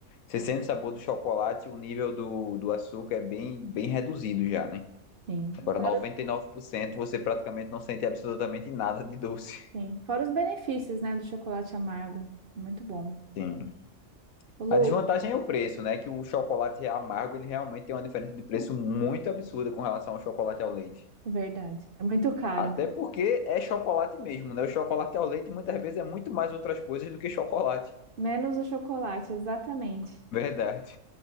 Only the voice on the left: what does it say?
Você sente o sabor do chocolate, o nível do, do açúcar é bem, bem reduzido já, né?
Agora,
99%, você praticamente não sente absolutamente nada de doce.
<laughs> Sim.
A desvantagem é o preço, né? Que o chocolate amargo, ele realmente tem uma diferença de preço muito absurda com relação ao chocolate ao leite.
Até porque é chocolate mesmo, né? O chocolate ao leite muitas vezes é muito mais outras coisas do que chocolate.
<laughs> Verdade.